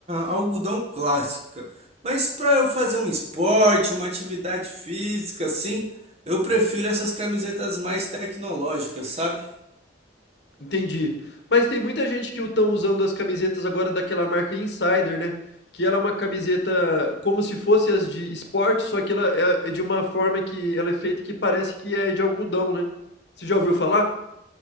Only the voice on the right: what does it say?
algodão clássica. Mas para eu fazer um esporte, uma atividade física assim, eu prefiro essas camisetas mais tecnológicas, sabe?